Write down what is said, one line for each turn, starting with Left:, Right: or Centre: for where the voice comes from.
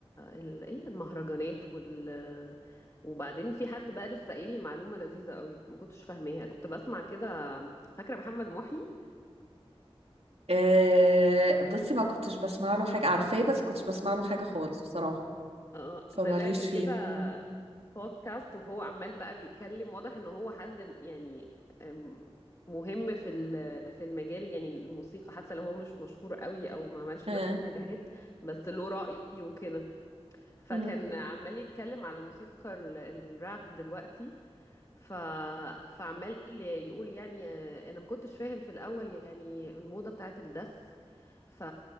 Left: ال... ايه المهرجانات وال وبعدين في حد بقى لسه قايل لي معلومه لذيذه قوي ما كنتش فاهماها كنت بسمع كده فاكره محمد محي
Right: آه بصي ما كنتش بسمع له حاجه عارفاه بس كنتش بسمع له حاجه خالص بصراحه
Left: اه
Right: فماليش
Left: طلع لي كده
Right: فيه مم.
Left: بودكاست وهو عمال بقى بيتكلم واضح ان هو حد م- يعني أم، مهم في ال- في المجال يعني الموسيقى حتى لو هو مش مشهور قوي او ما عملش
Right: اه
Left: نفس النجاحات بس له رأي وكده فكان
Right: مم.
Left: عمال يتكلم على موسيقى ال- الراب دلوقتي ف فعمال يقول يعني آه، انا ما كنتش فاهم في الاول يعني الموضة بتاعت الدس ف